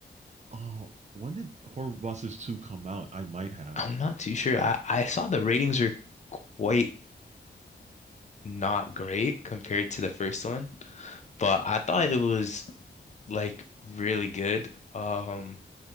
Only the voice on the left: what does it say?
I'm not too sure. I I saw the ratings were quite not great compared to the first one, but I thought it was like really good. Um,